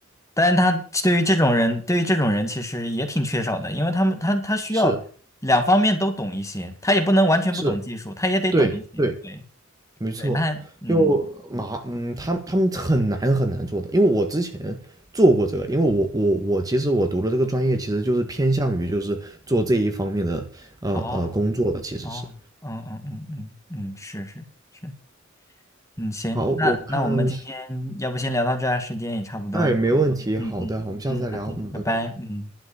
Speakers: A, on the left (about 15°); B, on the right (about 20°).
A: 但是他对于这种人，对于这种人其实也挺缺少的，因为他们他他需要两方面都懂一些，
B: 是
A: 他也不能完全不懂技术，
B: 是，
A: 他也得懂一些。
B: 对对，
A: 对
B: 没错，
A: 对，他嗯，
B: 就麻，嗯，他他们很难很难做的，因为我之前做过这个，因为我我我其实我读的这个专业其实就是偏向于就是做这一方面的呃呃工作的，
A: 哦
B: 其实是。
A: 哦，嗯嗯嗯嗯嗯，是是是，嗯行，
B: 好，
A: 那那我们今天要不先聊到这儿，
B: 我看，
A: 时间也差不多了
B: 哎，没问题，
A: 嗯嗯嗯，
B: 好的，我们下次再聊，
A: 好的，
B: 嗯，
A: 拜拜，
B: 拜拜。
A: 嗯。